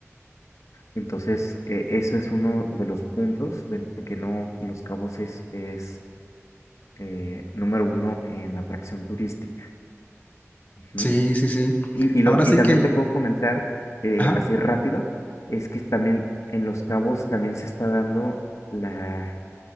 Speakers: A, on the left (about 75°); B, on the left (about 30°).
A: Entonces, eh, eso es uno de los puntos del por qué no Los Cabos es, es eh, número uno en atracción turística. Ujú.
B: Sí, sí, sí.
A: Y, y, lo,
B: Ahora
A: y
B: sí
A: también
B: que...
A: te puedo comentar eh,
B: Ajá.
A: así rápido, es que también en Los Cabos también se está dando la,